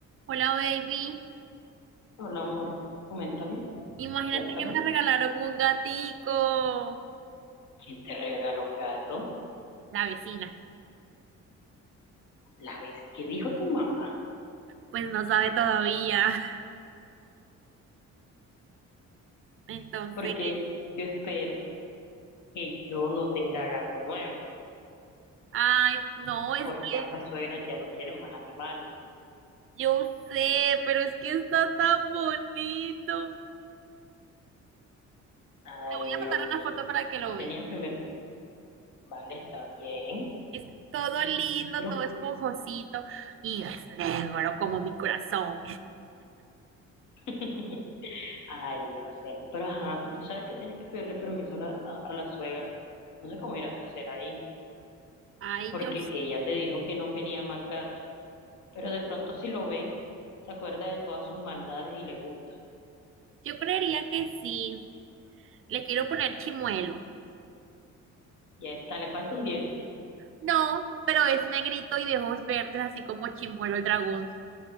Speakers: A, on the right; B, on the left.
A: Hola, baby.
B: Hola, amor. Coméntame,
A: Imagínate
B: cuéntame.
A: que me regalaron un gatico.
B: ¿Quién te regaló un gato?
A: La vecina,
B: La vez que dijo tu mamá.
A: pues no sabe todavía. <laughs> Entonces,
B: Porque yo espero que yo no tenga gato nuevo.
A: ay, no, es
B: Porque
A: que
B: ambas suegras ya no quieren más animales.
A: yo sé, pero es que está tan bonito.
B: Ay,
A: Te voy
B: Dios
A: a mandar
B: mío.
A: una foto para que lo
B: Tú tenías
A: veas.
B: primero. Vale, está bien.
A: Es todo lindo,
B: Lo-
A: todo esponjosito y es negro como mi corazón.
B: <laughs> Ay, Dios cielo. Pero ajá, tú, tú sabes que tienes que pedirle permiso a la, a a la suegra. No sé cómo irás a hacer ahí.
A: <laughs> Ay,
B: Porque
A: yo,
B: ella te dijo que no quería más gatos. pero de pronto si lo ve, se acuerda de todas sus maldades y le gusta.
A: yo creería que sí. Le quiero poner chimuelo.
B: Ya está, le falta un diente.
A: No, pero es negrito y de ojos verdes, así como Chimuelo el dragón.